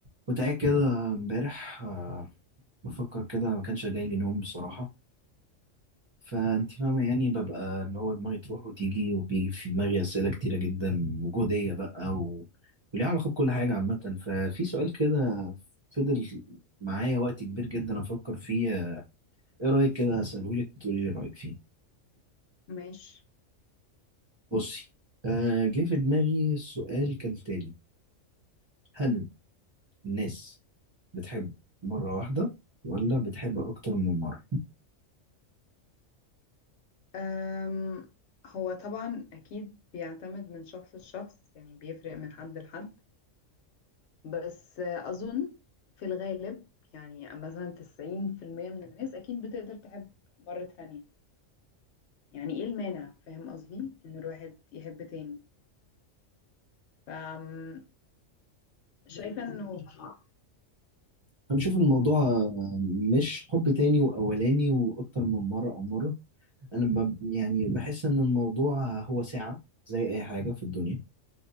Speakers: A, on the right; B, on the left.
A: كنت قاعد كده امبارح آه، بفكر كده ما كانش جاي لي نوم بصراحة فانت فاهمة يعني ببقى اللي هو دماغي تروح وتيجي وبيجي في دماغي أسئلة كتيرة جدا وجودية بقى و... وليها علاقة بكل حاجة عامة ففي سؤال كده فضل معايا وقت كبير جدا أفكر فيه آه، إيه رأيك كده أسألهولك وتقولي لي رأيك فيه
B: ماشي
A: بصي آه، جه في دماغي السؤال كالتالي هل الناس بتحب مرة واحدة ولا بتحب أكتر من مرة؟
B: أم هو طبعا أكيد بيعتمد من شخص لشخص يعني بيفرق من حد لحد بس أظن في الغالب يعني مثلا تسعين في المية من الناس أكيد بتقدر تحب مرة تانية يعني إيه المانع فاهم قصدي إن الواحد يحب تاني ف شايفة إنه <laughs>
A: أنا بشوف إن الموضوع مش حب تاني وأولاني وأكتر من مرة أو مرة أنا ب... يعني بحس إن الموضوع هو ساعة زي أي حاجة في الدنيا